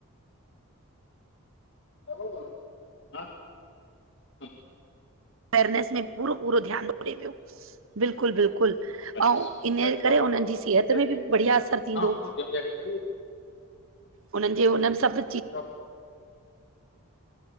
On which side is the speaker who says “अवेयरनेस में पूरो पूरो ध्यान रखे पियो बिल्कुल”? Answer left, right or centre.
Right